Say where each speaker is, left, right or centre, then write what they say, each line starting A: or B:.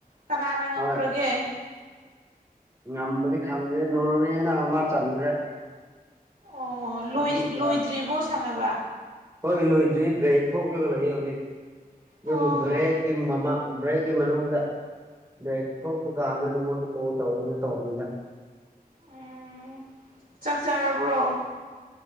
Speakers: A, on the right (about 65°); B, on the right (about 20°).
A: ꯀꯅꯥꯅ ꯉꯝꯈ꯭ꯔꯒꯦ
B: ꯍꯣꯏ ꯉꯝꯕꯗꯤ ꯈꯪꯗꯦ ꯅꯣꯔꯋꯦꯅ ꯑꯃ ꯆꯟꯈ꯭ꯔꯦ
A: ꯑꯣ
B: ꯑꯗꯨꯒ
A: ꯂꯣꯏꯗ꯭ꯔꯤꯕꯣ ꯁꯥꯟꯅꯕ
B: ꯍꯣꯏ ꯂꯣꯏꯗ ꯕ꯭ꯔꯦꯛ ꯊꯣꯛꯂꯒ ꯂꯩ ꯍꯧꯖꯤꯛ ꯑꯗꯨꯒꯤ
A: ꯑꯣ
B: ꯕ꯭ꯔꯦꯛ ꯌ ꯃ ꯑꯃ ꯕ꯭ꯔꯦꯛꯀꯤ ꯃꯅꯨꯡꯗ ꯕ꯭ꯔꯦꯛ ꯊꯣꯛꯄ ꯀꯥꯟ ꯅꯉꯅ ꯇꯣ ꯇꯧꯦꯅ ꯇꯧꯋ
A: ꯎꯝ ꯆꯪ ꯆꯔꯕ꯭ꯔꯣ